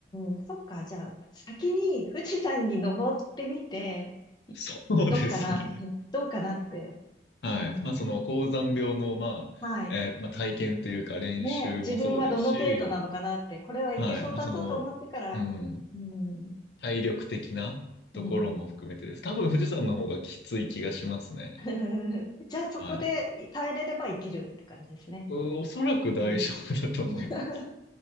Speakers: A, on the left; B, on the left.
A: ーん、そっか。じゃあ、先に富士山に登ってみて、い
B: そうですね。
A: どうかな、<laughs> どうかなって。
B: はい。
A: うん。
B: まあ、その、高山病の、まあ、
A: はい。
B: えーまあ、体験というか練習もそうですし、
A: ね、自分はどの程度なのかなって、これはいけそうだぞと思ってから、
B: はい。まあ、その、うん、
A: うん、
B: 体力的なところも含めてです。
A: うん。
B: 多分富士山の方がきつい気がしますね。
A: <laughs> じゃあそこで耐えれればいけるって感じですね。
B: はい。おおそらく大丈夫だと思います。
A: うん。うん。<laughs>